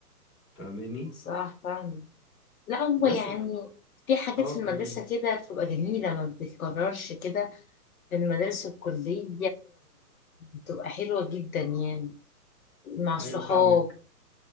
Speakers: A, on the left; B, on the left.
A: فاهماني
B: صح فاهمة لا هو
A: بس
B: يعني
A: ف...
B: في حاجات
A: اه
B: في
A: كملي
B: المدرسة كده بتبقى جميلة ما بتتكررش كده في المدارس الكلية بتبقى حلوة جدا يعني مع الصحاب
A: ايوه فاهمك